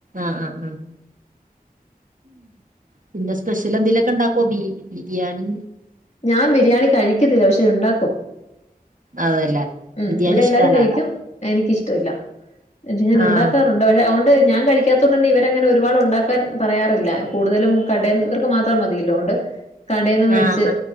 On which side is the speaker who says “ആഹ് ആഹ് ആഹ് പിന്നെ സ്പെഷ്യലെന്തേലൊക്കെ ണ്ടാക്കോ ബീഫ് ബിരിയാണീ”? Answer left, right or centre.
Right